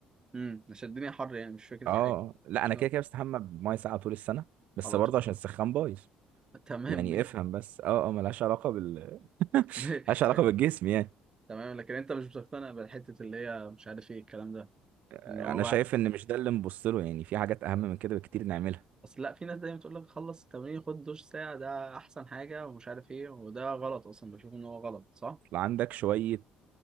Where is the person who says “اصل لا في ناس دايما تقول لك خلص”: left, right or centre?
Right